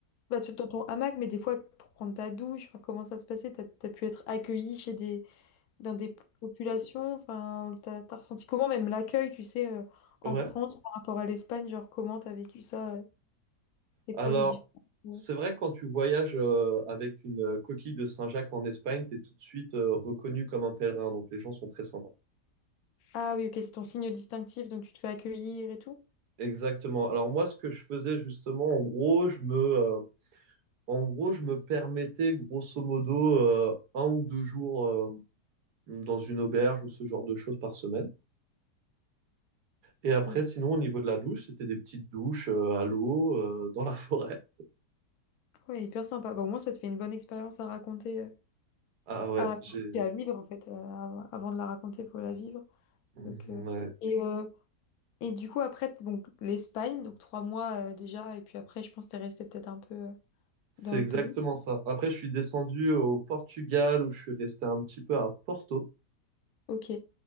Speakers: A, on the left; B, on the right.
A: bah, sur- dans ton hamac, mais des fois pour prendre ta douche, enfin, comment ça se passait? Tu as, pu être accueilli chez des, dans des populations, enfin, tu as, ressenti comment même l'accueil, tu sais, euh, en
B: Ouais.
A: France par rapport à l'Espagne, genre comment tu as vécu ça? euh, C'est
B: Alors
A: quoi les différences? euh
B: C'est vrai que quand tu voyages euh, avec une euh, coquille de Saint-Jacques en Espagne, tu es tout de suite euh, reconnu comme un pèlerin. Donc les gens sont très sympas.
A: Ah oui, ok, c'est ton signe distinctif, donc tu te fais accueillir et tout.
B: Exactement. Alors moi, ce que je faisais justement, en gros, je me, euh, en gros, je me permettais grosso modo euh, un ou deux jours euh, dans une auberge ou ce genre de choses par semaine. Et
A: Ok.
B: après, sinon, au niveau de la douche, c'était des petites douches euh, à l'eau, euh, dans la forêt.
A: Ouais, hyper sympa. Bah, au moins, ça te fait une bonne expérience à raconter, euh,
B: Ah ouais,
A: à raconter,
B: j'ai...
A: puis à vivre en fait. euh, avant avant de la raconter, il faut la vivre.
B: Ouais,
A: Donc, euh, et, euh, et du coup, après, t- donc, l'Espagne, donc trois mois euh, déjà, et puis après, je pense que t'es resté peut-être un peu euh,
B: C'est
A: dans le
B: exactement
A: pays.
B: ça. Après, je suis descendu au Portugal où je suis resté un petit peu à Porto.
A: Ok,